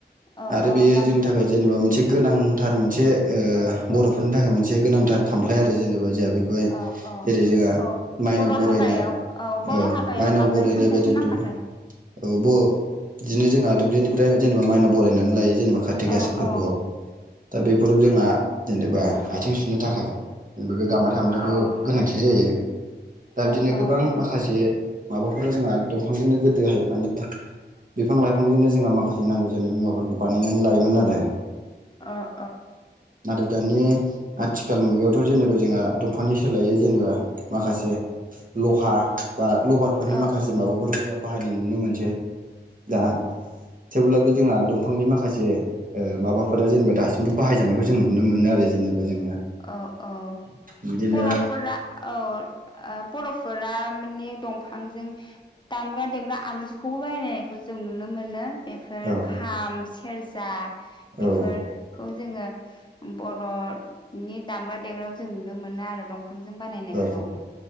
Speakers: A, on the left; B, on the right.
A: औ
B: आरो
A: औ।
B: बेयो
A: गाम
B: जोंनि थाखाय जेनेबा मोनसे गोनां। थार मोनसे ओ
A: औ
B: बर'फोरनि
A: औ
B: थाखाय मोनसे गोनांथार खामफ्लाइ आरो जेनेबा जा बेखौहाय
A: औ औ
B: जेरै जोंहा
A: औ
B: माइनाव
A: बर'
B: बरायनाय
A: हाबायाव बर'
B: औ
A: हाबायाव
B: माइनाव
A: गाम्बारि
B: बरायनाय
A: खामफ्लायखौ
B: बायदिफोराव
A: नांखाथारगौ
B: औ ब इदिनो जोंहा दुब्लिनिफ्राय जेनेबा मायनाव बायनानै लायो। जेनेबा खार्थि
A: औ
B: गासा फोरबोआव।
A: औ
B: दा बेफोराव जोंहा जेनेबा आथिं सुनो थाखाय। जेनबा बे गामबारि
A: औ
B: खामलायखौ
A: औ
B: गोनांथि जायो दा
A: औ
B: बिदिनो
A: औ
B: गोबां माखासे। माबाफोराव जोंहा दंफांजोंनो गोद बेहाय माने बिफां लाइफांजोंनो जोंहा माखासे नांगौ जानाय मुवाफोरखौ। बानायनानै लायोमोन आरो।
A: औ
B: नाथाय दानि। आथिखाल मुगायावथ' जेनेबा जोंहा दंफानि सोलायै जेनेबा माखासे लहा। बा लबारफोरनि
A: औ
B: माखासे माबाफोरबो जाबाय। बाहायनाय नुनो मोनसै। दा थेवब्लाबो जोंहा दं। बिफांनि माखासे ओ माबाफोरा जेनेबा दासिमबो बाहायजानायखौ जों नुनो मोनो आरो जेनेबा। जोङो
A: औ औ
B: बिदिनो
A: बर'फोरा औ ओ बर'फोरा माने दंफां आंजों दामग्रा देग्रा आगजुखौबो बायनायखौ जों नुनो मोनो। बेफोर
B: औ
A: खाम सि खेरजा। बेफोरखौ।
B: औ
A: जोङो बर' नि दामग्रा देग्रायावो जों नुनो मोनो आरो दं बिफांजों बानायनायखौ
B: औ